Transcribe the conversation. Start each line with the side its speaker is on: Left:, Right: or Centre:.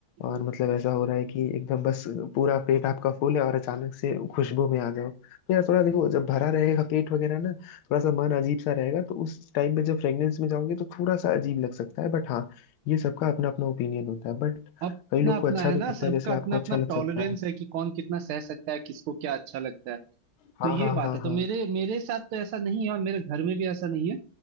Right: हम्म।
Left: और मतलब ऐसा हो रहा है कि एकदम बस पूरा पेट आपका फुल है और अचानक से खुशबू में आ जाओ तो यार थोड़ा देखो जब भरा रहेगा पेट वगैरह ना थोड़ा सा मन अजीब सा रहेगा तो उस टाइम पे जब फ्रेग्रेंस में जाओगे तो थोड़ा सा अजीब लग सकता है बट हाँ ये सबका अपना अपना ओपिनियन होता है बट
Right: अपना
Left: कई लोग
Right: अपना
Left: को अच्छा
Right: है
Left: भी
Right: ना
Left: लगता
Right: सबका
Left: है जैसे
Right: अपना
Left: आपको
Right: अपना
Left: अच्छा लग
Right: टॉलरेंस
Left: सकता है
Right: है कि कौन कितना सह सकता है किसको क्या अच्छा लगता है
Left: हाँ
Right: तो ये
Left: हाँ
Right: बात
Left: हाँ
Right: है तो
Left: हाँ
Right: मेरे मेरे साथ तो ऐसा नहीं है और मेरे घर में भी ऐसा नहीं है